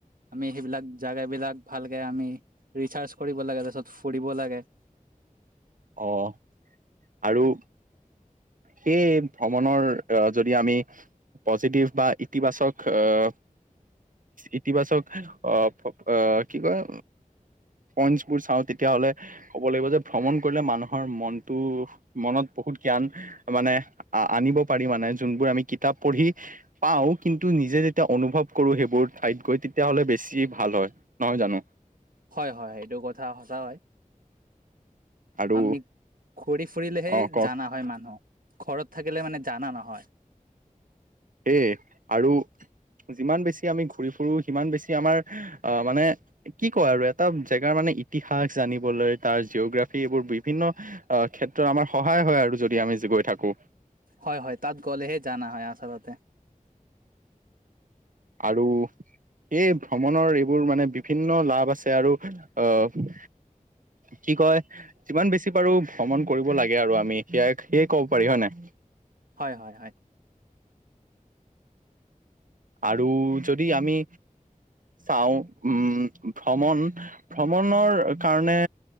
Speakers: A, on the right; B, on the right.
A: আমি সেইবিলাক জাগা বিলাক ভালকে আমি ৰিচাৰ্চ কৰিব লাগে তাৰপিছত ফুৰিব লাগে।
B: অ' আৰু সেই ভ্ৰমণৰ অ' যদি আমি পজিটিভ বা, ইতিবাচক অ' ইতিবাচক অ' অ' কি কয় পইন্টছবোৰ চাওঁ তেতিয়া হ'লে ক'ব লাগিব যে ভ্ৰমণ কৰিলে মানুহৰ মনটো মনত বহুত জ্ঞান অ'মানে আ-আনিব পাৰি মানে, যোনবোৰ আমি কিতাপ পঢ়ি পাওঁ কিন্তু নিজে যেতিয়া অনুভৱ কৰোঁ সেইবোৰ ঠাইত গৈ তেতিয়া হ'লে বেছি ভাল হয়। নহয় জানো?
A: হয়, হয় সেইটো কথা সঁচা হয়।
B: আৰু
A: আমি ঘূৰি ফুৰিলেহে
B: অ কওক
A: জানা হয়, মানুহ। ঘৰত থাকিলে মানে জানা নহয়।
B: এ, আৰু যিমান বেছি আমি ঘূৰি ফুৰোঁ, সিমান বেছি আমাৰ আহ, মানে এ কি ক'য় আৰু এটা জেগাৰ মানে ইতিহাস জানিবলৈ তাৰ জিঅগ্ৰাফি এইবোৰ বিভিন্ন অ' ক্ষেত্ৰ আমাৰ সহায় হয় আৰু যদি আমি যে গৈ থাকোঁ।
A: হয়, হয় তাত গ'লেহে জানা হয় আচলতে।
B: আৰু এই ভ্ৰমণৰ এইবোৰ মানে বিভিন্ন লাভ আছে আৰু অ' কি কয় যিমান বেছি পাৰোঁ ভ্ৰমণ কৰিব লাগে আৰু আমি সেয়া সেয়ে ক'ব পাৰি হয় নাই?
A: হয়, হয়, হয়।
B: আৰু যদি আমি চাওঁ উম, ভ্ৰমণ, ভ্ৰমণৰ কাৰণে